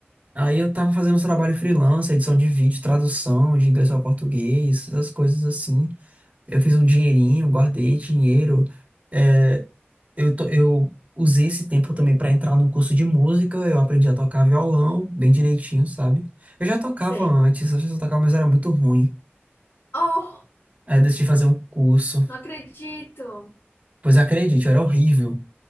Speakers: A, on the right; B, on the left.
A: aí eu tava fazendo uns trabalho freelance, edição de vídeo, tradução de inglês para português, essas coisas assim. Eu fiz um dinheirinho, guardei dinheiro. É, eu, to- eu usei esse tempo também para entrar no curso de música. Eu aprendi a tocar violão bem direitinho, sabe? Eu já tocava
B: Sei.
A: antes, eu já tocava, mas era muito ruim.
B: Oh,
A: Aí eu decidi fazer um curso.
B: não acredito.
A: Pois acredite, eu era horrível.